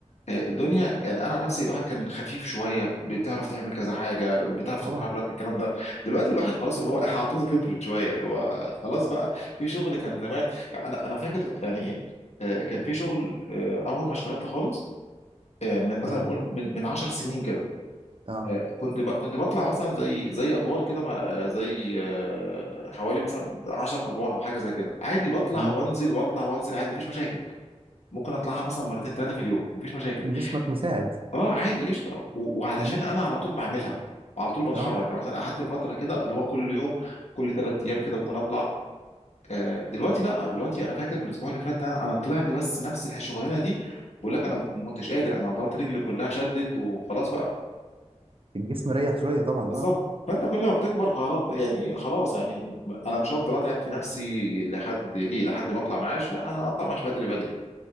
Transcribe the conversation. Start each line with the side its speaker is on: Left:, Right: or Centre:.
Left: آه، الدنيا يعني انا عن نفسي الواحد كان خفيف شويه بتعرف تعمل كذا حاجه بتعرف تتحرك
Right: طبعا
Left: الكلام ده دلوقتي الواحد خلاص اللي هو <laughs> عضلته كبرت شويه اللي هو خلاص بقى في شغل كان زمان يعني انا انا فاكر يعني ايه آه، كان في شغل آه، اول ما اشتغلت خالص آه، من مثلا
Right: تمام
Left: اقول من من 10 سنين كده
Right: اه
Left: آه، كنت ب- كنت بطلع مثلا زي زي ادوار كده مع- آه، زي آه، حوالي مثلا 10 ادوار او حاجه زي كده عادي بطلع
Right: مم.
Left: وانزل واطلع وانزل عادي مفيش مشاكل ممكن اطلعها مثلا مرتين ثلاثه في اليوم مفيش مشاكل
Right: جسمك مساعد
Left: اه عادي قشطه و- وعلشان
Right: مم.
Left: انا على طول بعملها على طول بتحرك
Right: اه
Left: يعني مثلا قعدت فتره كده اللي هو كل يوم كل ثلاث ايام كده ممكن اطلع آه، دلوقتي لا دلوقتي انا فاكر الاسبوع اللي فات ده انا طلعت بس نفس الشغلانه دي بقول لك انا ما كنتش قادر انا عضلات رجلي كلها شدت وخلاص بقى
Right: الجسم ريح شويه طبعا
Left: بالظبط
Right: اه
Left: فانت كل ما بتكبر خلاص يعني ايه خلاص يعني انا مش هفضل اتعب في نفسي لحد ايه لحد ما اطلع معاش لا انا اطلع معاش بدري بدري